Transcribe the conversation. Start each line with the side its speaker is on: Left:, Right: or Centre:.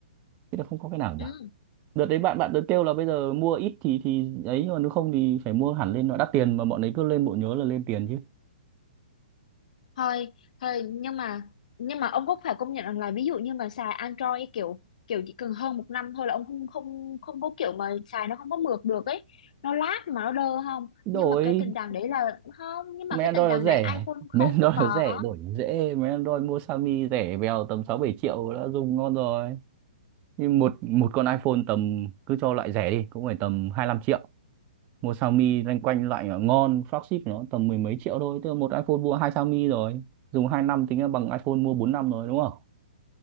Right: thế là không có cái nào nhỉ
Left: ừ
Right: đợt đấy bạn bạn đợt kêu là bây giờ mua ít thì thì ấy nhưng mà nếu không thì phải mua hẳn lên nó đắt tiền mà bọn ấy cứ lên bộ nhớ là lên tiền chứ
Left: thôi thôi nhưng mà nhưng mà ông cũng phải công nhận rằng là ví dụ như mà xài Android kiểu kiểu chỉ cần hơn một năm thôi là ông không không không có kiểu mà xài nó không có mượt được ấy nó lag mà nó đơ không
Right: đổi
Left: nhưng mà cái tình trạng đấy là không nhưng mà
Right: mấy
Left: cái
Right: Android
Left: tình trạng
Right: nó rẻ
Left: đấy iPhone không
Right: mấy Android
Left: có
Right: nó rẻ đổi nó dễ mấy Android mua Xiaomi rẻ bèo tầm sáu bảy triệu đã dùng ngon rồi nhưng một một con iPhone tầm cứ cho loại rẻ đi cũng phải tầm 25 triệu mua Xiaomi loanh quanh loại ngon flagship nó tầm mười mấy triệu thôi tức là một iPhone mua hai Xiaomi rồi dùng 2 năm tính là bằng iPhone mua 4 năm rồi đúng không